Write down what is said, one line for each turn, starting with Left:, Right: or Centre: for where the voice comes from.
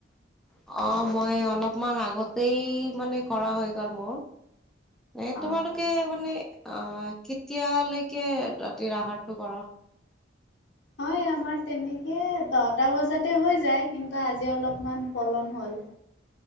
Centre: অ মই অলপমান আগতেই মানে কৰা হৈ গল মোৰ। নে
Left: অ'।
Centre: তোমালোকে মানে অ কেতিয়ালৈকে ৰাতিৰ আহাৰটো কৰ?
Left: হয় আমাৰ তেনেকে দহটা বজাতে হৈ যায় কিন্তু আজি অলপমান পলম হ'ল। উম